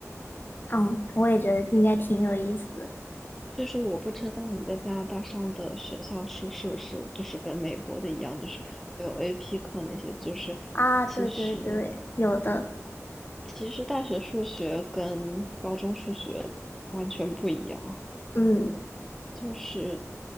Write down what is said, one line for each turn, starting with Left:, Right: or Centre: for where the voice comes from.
Left: 嗯，我也觉得应该挺有意思的
Centre: 所以说，我不知道你在加拿大上的学校是是不是就是跟美国的一样，就是会有 AP 课那些，就是其实
Left: 啊。对对对，有的。
Centre: 其实大学数学跟高中数学完全不一样。
Left: 嗯
Centre: 就是